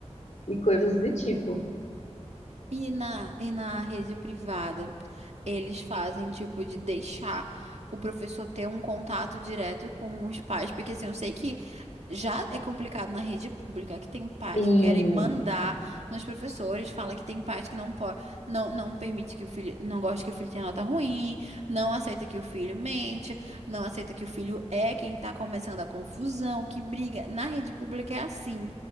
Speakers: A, on the left; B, on the right.
A: e coisas do tipo.
B: E na, e na rede privada, eles fazem tipo de deixar o professor ter um contato direto com os pais, porque assim, eu sei que já é complicado na rede pública, que tem pais
A: E
B: que querem mandar nos professores, fala que tem pais que não pode, não, não permite que o filho, não gosta que o filho tenha nota ruim, não aceita que o filho mente, não aceita que o filho é quem tá começando a confusão, que briga. Na rede pública é assim.